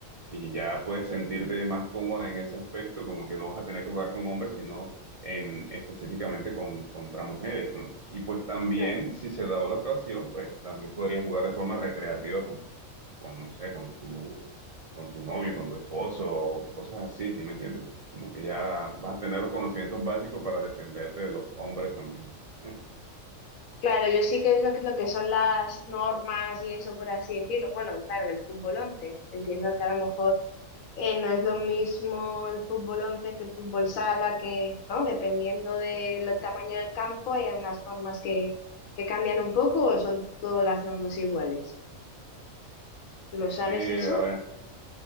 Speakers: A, on the right (about 60°); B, on the left (about 75°).
A: y ya puedes sentirte más cómoda en ese aspecto, como que no vas a tener que jugar con hombres, sino en, específicamente con, contra mujeres, ¿no? Y pues también,
B: Claro.
A: si se da la ocasión, pues también podrías jugar de forma recreativa con, con, no sé, con tu, con tu novio, con tu esposo, cosas así, ¿sí me entiendes? Como que ya vas a tener los conocimientos básicos para defenderte de los hombres también. <laughs>
B: Claro, yo sí que es lo que, lo que son las normas y eso, por así decirlo. Bueno, claro, del fútbol once Entiendo que a lo mejor eh, no es lo mismo el fútbol 11 que el fútbol sala, que, ¿no? Dependiendo del tamaño del campo, hay algunas normas que, que cambian un poco o son todas las normas iguales. ¿Tú lo sabes
A: Eh,
B: eso?
A: a ver,